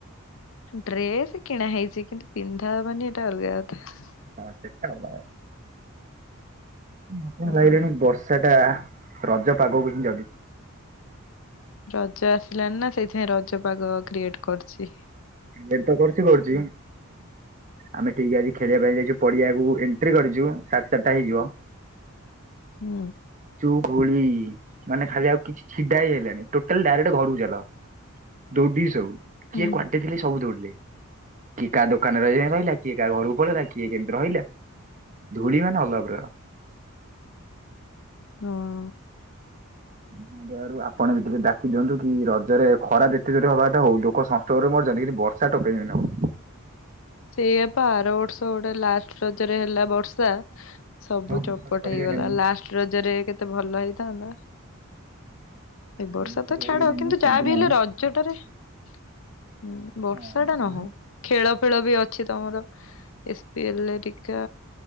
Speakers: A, on the left (about 60°); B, on the right (about 35°).
A: ଡ୍ରେସ କିଣା ହେଇଚି କିନ୍ତୁ ପିନ୍ଧା ହବନି ହେଟା ଅଲଗା କଥା।
B: ହଁ ସେଟା ଅଲଗା କଥା। ମତେ
A: ହଁ
B: ଲାଗିଲାଣି ବର୍ଷା ଟା ରଜ ପାଗକୁ ହିଁ ଜଗଚି।
A: ରଜ ଆସିଲାଣି ନା ସେଇଥିପାଇଁ ରଜ ପାଗ କ୍ରିଏଟ କରୁଚି।
B: କ୍ରୀଏଟ ତ କରୁଚି କରୁଚି ଆମେ ଠିକ ଆଜି ଖେଳିଆ ପାଇଁ ଯାଇଚୁ ପଡିଆକୁ ଏଣ୍ଟ୍ରି କରିଚୁ ସାଢ଼ ଚାରଟା ହେଇଯିବ
A: ହୁଁ।
B: ଯୋଉ ଘୁଳି ମାନେ ଖାଲି ଆଉ କିଛି ଛିଡା ହେଇ ହେଲାନି ଟୋଟାଲ ଡାଇରେକ୍ଟ ଘରକୁ ଚାଲ। ଦୌଡିକି ସବୁ
A: ହୁଁ
B: କିଏ କୁଆଡେ ଥିଲେ ସବୁ ଦୌଡିଲେ। କିଏ କା ଦୋକାନରେ ଇଏ ରହିଲା କିଏ କାହା ଘରକୁ ପଳେଇଲା କିଏ କେମିତି ରହିଲା। ଧୂଳି ମାନେ ଅଲଗା ପ୍ରକାର।
A: <unintelligible>
B: <inaudible> <unintelligible> ଆପଣ ବି ଟିକେ ଡାକି ଦିଅନ୍ତୁ କି ରଜରେ ଖରା ଯେତେ ଜୋରେ ହବା କଥା ହଉ ଲୋକ ସଂଷ୍ଟୋକ ରେ ମରୁଚନ୍ତି କିନ୍ତୁ ବର ଷା ଟୋପେ ବି ନହଉ।
A: ସେଇଆ ପା ଆର ବର୍ଷ ଗୋଟେ ଲାଷ୍ଟ ରଜରେ ହେଲା ବର୍ଷା ସବୁ
B: ଆଉ ବିଶ୍ୱାସ
A: ଚୋପଟ
B: କରିବେ
A: ହେଇଗଲା
B: ନାହିଁ
A: ଲାଷ୍ଟ ରଜରେ କେତେ ଭଲ ହେଇଥାନ୍ତା। ଏ
B: ଆପଣ
A: ବର୍ଷା
B: ବିଶ୍ଵାସ
A: ତ
B: କରିବେ
A: ଛାଡ
B: ନାହିଁ
A: କିନ୍ତୁ
B: ମୁଁ ସେଇଦିନ
A: ଯାହା ବି ହେଲେ ରଜଟାରେ ହୁଁ ବର୍ଷା
B: ହଁ ରଜରେ
A: ଟା ନ ହଉ ଖେଳ ଖେଳ ବି ଅଛି ତମର ଏସ୍ପିଏଲ ଟିକା